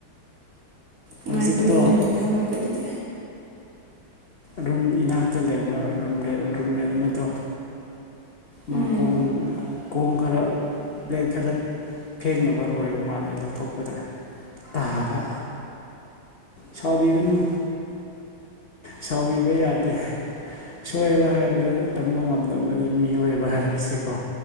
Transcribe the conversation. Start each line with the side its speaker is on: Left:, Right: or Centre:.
Right: ꯉꯥꯟꯕꯗꯤ
Left: ꯍꯧꯖꯤꯛꯇꯣ
Right: ꯉꯜꯂꯦꯅ ꯍꯜꯂꯛꯄꯗꯨꯗꯤ
Left: ꯔꯨꯝ ꯏꯅꯥꯛꯇ ꯂꯩꯕ ꯔꯨꯝꯠ ꯔꯨꯝꯃꯦꯠ ꯑꯃꯗꯣ ꯃꯥ
Right: ꯎꯝ
Left: ꯀꯨꯝ ꯈꯣꯡ ꯈꯔ ꯄ꯭ꯂꯦꯠ ꯈꯔ ꯐꯦꯡꯅꯕ ꯑꯣꯏꯕ ꯃꯥꯜꯂꯦ ꯂꯧꯊꯣꯛꯄꯗ ꯇꯥꯕ ꯁꯥꯎꯕꯤꯒꯅꯨ ꯁꯥꯎꯕꯤꯕ ꯌꯥꯗꯦ ꯁꯣꯏꯕ ꯍꯥꯏꯕꯕꯁꯤ ꯇꯝꯕ ꯉꯝꯗꯕꯅꯤ ꯃꯤꯑꯣꯏꯕ ꯍꯥꯏꯕꯁꯤꯀꯣ